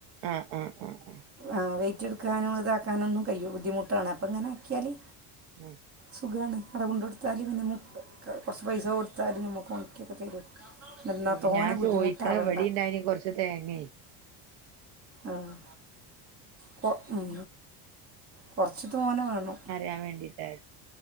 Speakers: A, on the right (about 65°); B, on the right (about 30°).
A: ആഹ്ആഹ് ആഹ് ആഹ്
B: ആഹ് വെയിറ്റെടുക്കാനും ഇതാക്കാനൊന്നും കഴിയൂ ബുദ്ധിമുട്ടാണ് അപ്പ ഇങ്ങനെ ആക്കിയാല്
A: ഉം
B: സുഖാണ് ആടെ കൊണ്ടോട്ത്താല് പിന്നെ <inaudible> കൊറച്ച് പൈസ കൊടുത്താലും നമുക്ക് ഒണക്കിയക്ക തരും എന്നാൽ
A: ഇമ്
B: തോനെ
A: ഞാൻ
B: ബുദ്ധിമുട്ടാവണ്ട
A: ചോയിക്കണ് ഇവടിണ്ടായിനേ കൊറച്ച് തേങ്ങേ
B: ആഹ് കൊ ഉം കൊറച്ച് തോനെ വേണം
A: യാൻ വേണ്ടി ഏ